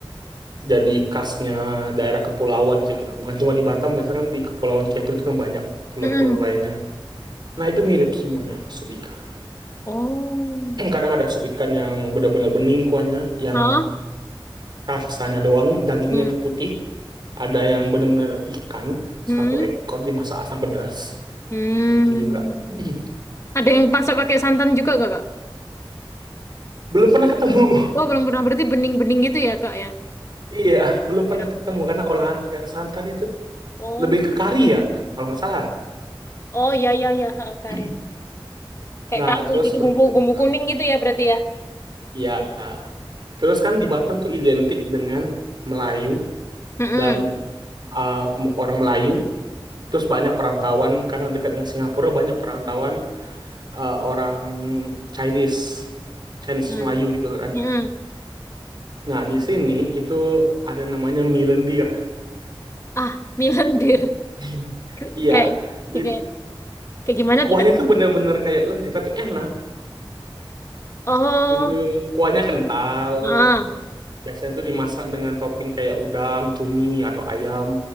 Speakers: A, on the right (about 55°); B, on the left (about 30°).
A: jadi khasnya daerah kepulauan sih Kak. Bukan cuma di Batam, biasanya kan di Kepulauan Kepri itu kan banyak pulau-pulau
B: Hmm.
A: lainnya. Nah itu mirip semuanya sup ikan.
B: Oh.
A: <clears throat> Kadang ada sup ikan yang benar-benar bening kuahnya, yang
B: Hah?
A: rasanya doang dagingnya
B: Hmm.
A: itu putih. Ada yang benar-benar ikan,
B: Hmm.
A: satu ekor dimasak asam pedas.
B: Hmm.
A: Nah, itu juga. <clears throat>
B: Ada yang masak pakai santan juga gak, Kak?
A: Belum pernah ketemu. <laughs>
B: Oh, belum pernah. Berarti bening-bening gitu ya, Kak, ya?
A: Iya, belum
B: Cara
A: pernah
B: masaknya.
A: ketemu karena olahan pakai santan itu
B: Oh.
A: lebih ke kari ya, kalau nggak salah.
B: Oh, iya, iya, iya. Ha, Kari.
A: <clears throat>
B: Kayak
A: Nah,
B: kari
A: terus
B: gitu,
A: berikut.
B: bumbu, bumbu
A: nah,
B: kuning gitu ya berarti ya?
A: Ya, terus kan di Batam tuh identik dengan Melayu
B: Hmm.
A: dan uh, m- orang Melayu. Terus banyak perantauan karena dekat dengan Singapura banyak perantauan eh, orang Chinese, Chinese
B: Hmm.
A: Melayu gitu kan.
B: Hmm. hmm.
A: Nah, di sini itu ada namanya mie lendir.
B: Ah, mie lendir.
A: <laughs>
B: Ke-
A: Iya,
B: Kayak
A: jadi
B: ya kayak kayak gimana
A: kuahnya
B: tuh, Kak?
A: tuh bener-bener kayak lendir tapi enak
B: Oh,
A: gitu. Kuahnya kental.
B: ah.
A: Biasanya tuh dimasak dengan topping kayak udang, cumi atau ayam,